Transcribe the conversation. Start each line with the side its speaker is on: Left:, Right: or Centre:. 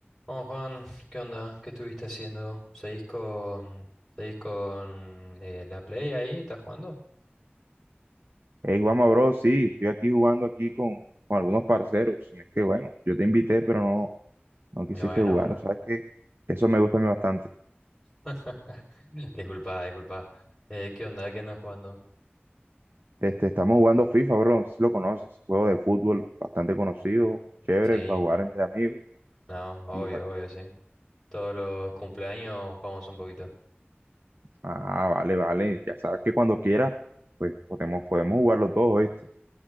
Centre: Oh, Juan, ¿qué onda? ¿Qué estuviste haciendo? ¿Seguís con, seguís con eh, la Play ahí? ¿Estás jugando?
Right: Hey, Juanma, bro, sí, estoy aquí jugando aquí con, con algunos parceros. Es que bueno, yo te invité, pero no, no quisiste
Centre: Y Bueno,
Right: jugar.
Centre: bueno.
Right: ¿no? ¿Sabes que Eso me gusta a mí bastante.
Centre: <laughs> Disculpa, disculpa. Eh, ¿qué onda? ¿Qué andan jugando?
Right: Este, estamos jugando FIFA, bro, no sé si lo conoces. Juego de fútbol bastante conocido, chévere
Centre: Sí,
Right: para jugar
Centre: no,
Right: entre amigos.
Centre: no,
Right: Y,
Centre: obvio,
Right: va-
Centre: obvio, sí. Todos los cumpleaños jugamos un poquito.
Right: ah, vale, vale. Ya sabes que cuando quieras, pues podemos, podemos jugarlo los dos, ¿viste?